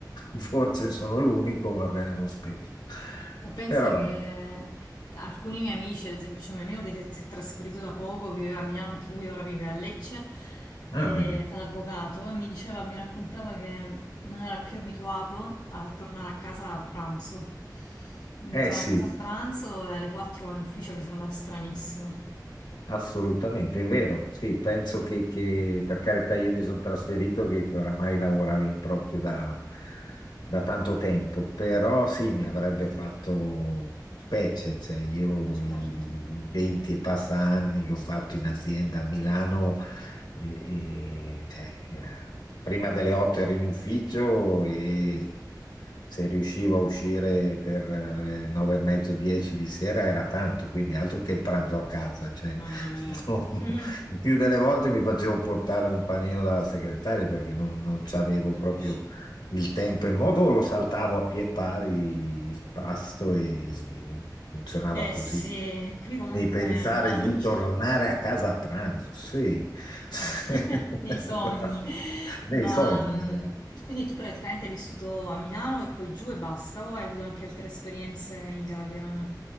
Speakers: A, on the left; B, on the left.
A: forse sono l'unico, va bene lo stesso.
B: Ma penso
A: Però,
B: che
A: ecco.
B: alcuni miei amici, ad esempio c'è un mio amico che si è, si è trasferito da poco, viveva a Milano anche lui, ora vive a Lecce, e
A: ah, bellissimo.
B: fa l'avvocato, e mi diceva, mi raccontava che non era più abituato a tornare a casa a pranzo. Quindi
A: Eh
B: torna
A: sì.
B: a casa a pranzo e alle 4 va in ufficio, gli sembra stranissimo.
A: Assolutamente, è vero, sì, penso che, che, per carità io mi sono trasferito che, che oramai lavoravo in proprio da, da tanto tempo, però sì, mi avrebbe fatto specie, cioè io
B: Certo,
A: i, i 20 e passa anni che ho fatto in azienda a Milano, e- e, cioè, eh, prima delle 8 ero in ufficio e se riuscivo a uscire per eh, le 9 e mezzo, 10 di sera era tanto, quindi altro che il pranzo a casa, cioè
B: mamma mia.
A: <laughs> No,
B: <laughs>
A: Il più delle volte mi facevo portare un panino dalla segretaria perché non, non c'avevo
B: Non
A: proprio
B: riuscivo.
A: il tempo e il modo, o lo saltavo a pie pari il pasto e funzionava
B: Eh
A: così.
B: sì, qui comunque
A: Devi pensare
B: a Milano
A: di
B: c'è
A: tornare a casa a pranzo, sì.
B: Sì,
A: <laughs>
B: <laughs> Nei sogni, ma
A: Nei sogni.
B: mm, quindi tu praticamente hai vissuto a Milano e poi giù e basta, o hai avuto anche altre esperienze in Italia?